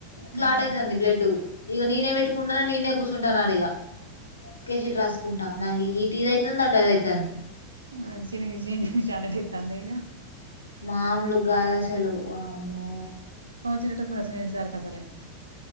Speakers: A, on the left (about 75°); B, on the right (about 75°).
A: క్లాట్
B: హ్మ్
A: అవుతుంది బ్లడ్ ఇక నేనే పెట్టుకుంటాన నేనే కూర్చుంటానున్నాడు ఇక కేసు షీట్ రాసుకో కుంటా ఈటీది అవుతుంది అట అదేతుంది
B: హ్మ్ చినింగి చినింగి చాటైతందిగ
A: మామలు కాదు అసలు వామ్మో
B: తినటం మోనేసారు అసాలే